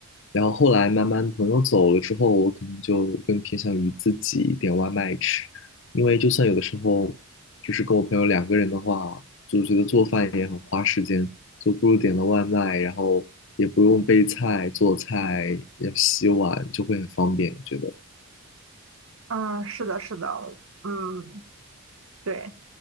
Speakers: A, on the left (about 55°); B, on the right (about 70°).
A: 然后后来慢慢朋友走了之后，我可能就更偏向于自己点外卖吃，因为就算有的时候就是跟我朋友两个人的话，就觉得做饭也很花时间，就不如点了外卖，然后也不用备菜、做菜、要洗碗，就会很方便，我觉得。
B: 嗯，是的，是的，嗯，对，